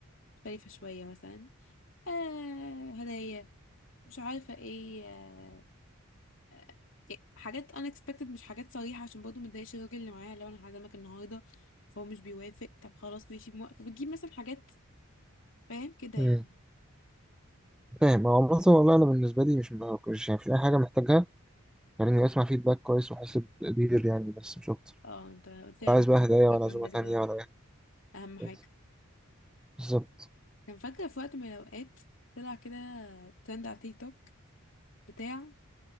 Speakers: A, on the left (about 60°); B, in the centre.
A: مختلفة شوية مثلا آه هدايا مش عارفة ايه آه آه، يعني حاجات unexpected مش حاجات صريحة عشان برضه متضايقش الراجل اللي معايا لو انا هعزمك النهاردة فهو مش بيوافق طب خلاص ماشي موافق بتجيب مثلا حاجات فاهم كده
B: مم.
A: يعني
B: فاهم هو عامة والله أنا بالنسبة لي مش مش يعني مش أي حاجة محتاجها يعني اسمع فيدباك كويس واحس بتقدير يعني بس مش اكتر
A: اه انت قلت لي
B: لا
A: على
B: عايز
A: موضوع
B: بقى هدايا ولا
A: الفاكهة
B: عزومه
A: عندك
B: تانية
A: ده
B: ولا اي حاجه
A: اهم حاجة
B: خالص. بالظبط
A: كان فاكرة في وقت من الأوقات طلع كده ترند على تيك توك بتاع